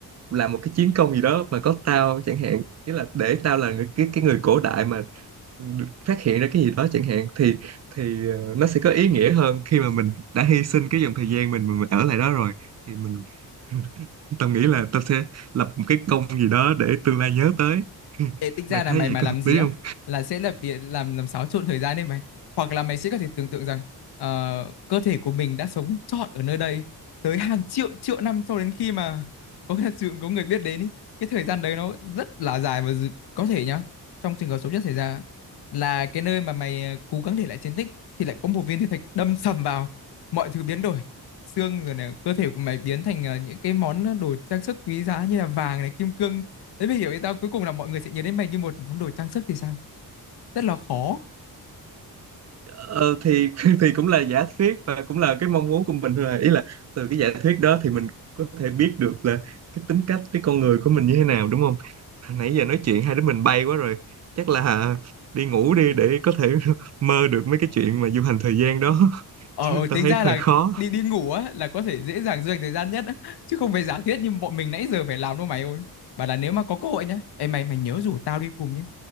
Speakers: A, on the right; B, on the left.
A: làm một cái chiến công gì đó mà có tao chẳng hạn nghĩa là để tao là người, cái cái người cổ đại mà được phát hiện ra cái gì đó chẳng hạn thì thì ờ, nó sẽ có ý nghĩa hơn khi mà mình đã hy sinh cái dòng thời gian mình, mình ở lại đó rồi thì mình <laughs> tao nghĩ là tao sẽ lập một cái công gì đó để tương lai nhớ tới <laughs>
B: Ê, tính ra
A: mày
B: là
A: thấy
B: mày
A: vậy
B: mà
A: có
B: làm
A: hợp
B: gì
A: lý
B: á
A: không
B: là sẽ là bị làm làm xáo trộn thời gian đấy mày hoặc là mày sẽ có thể tưởng tượng rằng ờ, cơ thể của mình đã sống trọn ở nơi đây tới hàng triệu triệu năm cho đến khi mà có thật sự có người biết đến ý. Cái thời gian đấy nó rất là dài và dự- có thể nhá trong trường hợp xấu nhất xảy ra là cái nơi mà mày ờ, cố gắng để lại chiến tích thì lại có một viên thiên thạch đâm sầm vào mọi thứ biến đổi xương rồi này cơ thể của mày biến thành ờ, những cái món đồ trang sức quý giá như là vàng này kim cương Thế mới hiểu ý tao cuối cùng là mọi người sẽ nhớ đến mày như một món đồ trang sức thì sao? Rất là khó.
A: Ờ, thì <laughs> thì cũng là giả thuyết và cũng là cái mong muốn của mình thôi à. Ý là từ cái giả thuyết đó thì mình có thể biết được là cái tính cách cái con người của mình như thế nào đúng không? <laughs> Nãy giờ nói chuyện hai đứa mình bay quá rồi. Chắc là <laughs> đi ngủ đi để có thể <laughs> mơ được mấy cái chuyện mà du hành thời gian đó <laughs>
B: Ờ
A: chứ
B: ờ,
A: tao
B: tính
A: thấy
B: ra là
A: hơi khó.
B: đi đi ngủ á là có thể dễ dàng dành thời gian nhất á. chứ không phải giả thiết như bọn mình nãy giờ phải làm đâu mày ơi. Bảo là nếu mà có cơ hội nhá, ê mày mày nhớ rủ tao đi cùng nhé.